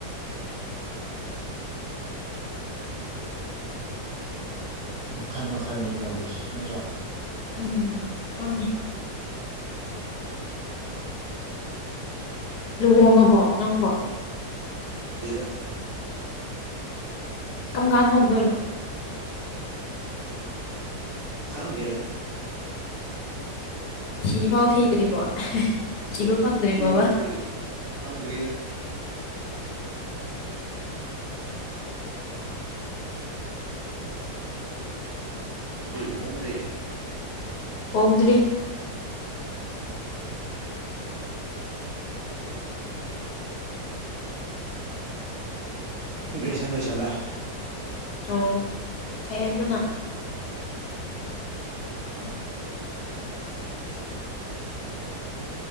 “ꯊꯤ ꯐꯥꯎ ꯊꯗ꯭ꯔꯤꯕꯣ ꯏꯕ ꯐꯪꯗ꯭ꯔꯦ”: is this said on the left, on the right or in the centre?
Left